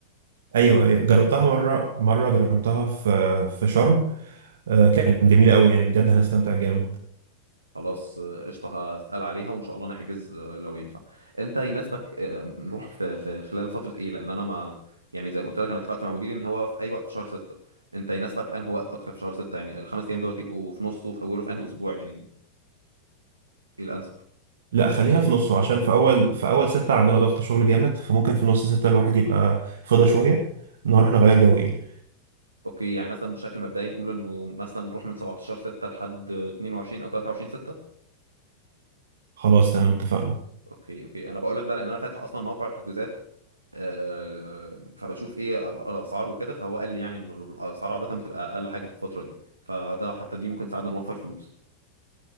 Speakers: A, on the right; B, on the right.
A: ايوه أيوة، جربتها مره مره جربتها في في شرم آه، كانت جميله قوي يعني بجد هنستمتع جامد
B: خلاص آه، قشطه هسال عليها وان شاء الله نحجز آه، لو ينفع انت يناسبك آه، نروح في في خلال فتره ايه لان انا ما يعني زي ما قلت لك انا اتفقت مع مديري ان هو في اي وقت في شهر 6 انت يناسبك انه وقت اكتر في شهر 6 يعني الخمس ايام دول يبقوا في نصه في اوله في انهي اسبوع يعني ايه الانسب
A: لا خليها في نصه عشان في اول في اول سته عندنا ضغط شغل جامد فممكن في نص سته الواحد يبقى فضى شويه نروح نغير جو يعني
B: اوكي يعني مثلا بشكل مبدئي نقول انه مثلا نروح من 17 6 لحد 22 او 23 6
A: خلاص تمام اتفقنا
B: اوكي اوكي انا بقول لك ده لان انا فاتح اصلا موقع الحجوزات آه، فبشوف ايه الاسعار وكده فهو قال لي يعني ان الاسعار عاده بتبقى اقل حاجه في الفتره دي فده حتى دي ممكن تساعدنا نوفر فلوس